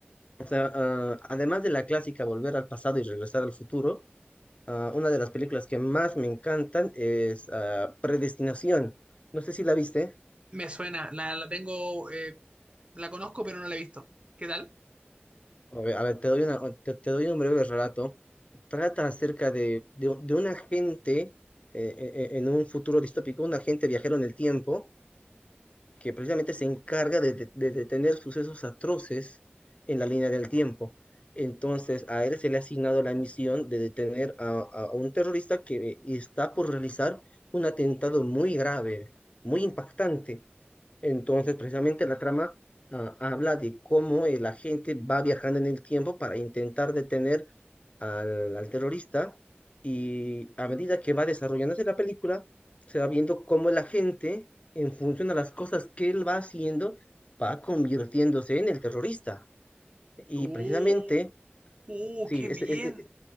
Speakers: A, on the left; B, on the right.
A: O sea, ah, además de la clásica Volver al pasado y regresar al futuro, ah, una de las películas que más me encantan es ah, Predestinación. No sé si la viste.
B: Me suena, la, la tengo, eh, la conozco, pero no la he visto. ¿Qué tal?
A: A ver, a ver, te doy una- te, te doy un breve relato. Trata acerca de, de, de un agente eh, eh, eh, en un futuro distópico, un agente viajero en el tiempo que precisamente se encarga de, de- de detener sucesos atroces en la línea del tiempo. Entonces, a él se le ha asignado la misión de detener a, a un terrorista que está por realizar un atentado muy grave, muy impactante. Entonces, precisamente la trama, ah, habla de cómo el agente va viajando en el tiempo para intentar detener al, al terrorista y a medida que va desarrollándose la película, se va viendo cómo la gente, en función a las cosas que él va haciendo, va convirtiéndose en el terrorista. Y
B: ¡Oh,
A: precisamente,
B: oh,
A: sí,
B: qué
A: es,
B: bien!
A: es- es-